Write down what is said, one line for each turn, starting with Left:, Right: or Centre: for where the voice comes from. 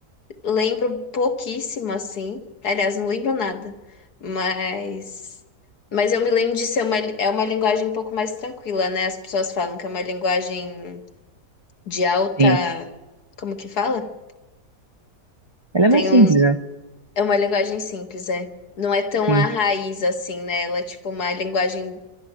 Left: lembro pouquíssimo, assim. Aliás, não lembro nada, mas. Mas eu me lembro de ser uma, é uma linguagem um pouco mais tranquila, né? As pessoas falam que é uma linguagem de alta.
Right: Sim,
Left: Como que fala?
Right: ela
Left: Tem
Right: é mais simples,
Left: um,
Right: né?
Left: é uma linguagem simples, é. Não é tão
Right: Sim,
Left: a raiz assim, né? Ela é tipo uma linguagem